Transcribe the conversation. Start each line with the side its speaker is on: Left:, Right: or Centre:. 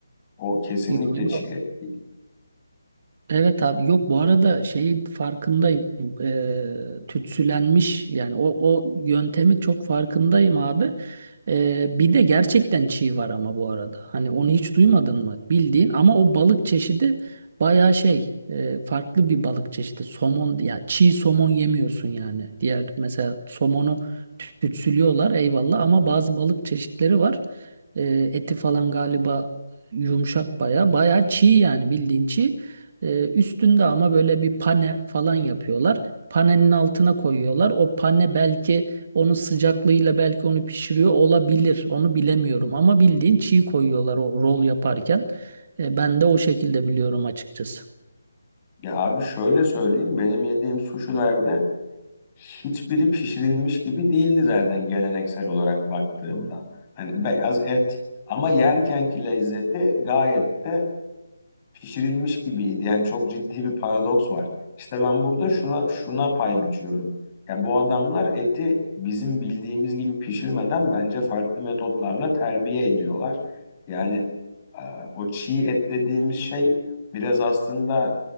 Left: O kesinlikle
Right: Yok, yok.
Left: çiğ et değil.
Right: Evet abi yok bu arada şey farkındayım Eee tütsülenmiş yani o o yöntemi çok farkındayım abi Eee, bir de gerçekten çiğ var ama bu arada hani onu hiç duymadın mı bildiğin ama o balık çeşidi bayağı şey eee, farklı bir balık çeşidi somon ya çiğ somon yemiyorsun yani diğer mesela somonu tü- tütsülüyorlar eyvallah ama bazı balık çeşitleri var Eee, eti falan galiba yumuşak baya baya çiğ yani bildiğin çiğ. Ee, üstünde ama böyle bir pane falan yapıyorlar. Panenin altına koyuyorlar. O pane belki onun sıcaklığıyla belki onu pişiriyor olabilir. Onu bilemiyorum ama bildiğin çiğ koyuyorlar o rol yaparken. Ee, ben de o şekilde biliyorum açıkçası.
Left: Ya abi şöyle söyleyeyim benim yediğim suşilerde hiçbiri pişirilmiş gibi değildi zaten geleneksel olarak baktığımda. Hani beyaz et ama yerkenki lezzeti gayet de pişirilmiş gibiydi. Yani çok ciddi bir paradoks var. İşte ben burada şuna şuna pay biçiyorum. Ya bu adamlar eti bizim bildiğimiz gibi pişirmeden bence farklı metotlarla terbiye ediyorlar. Yani e, o çiğ et dediğimiz şey biraz aslında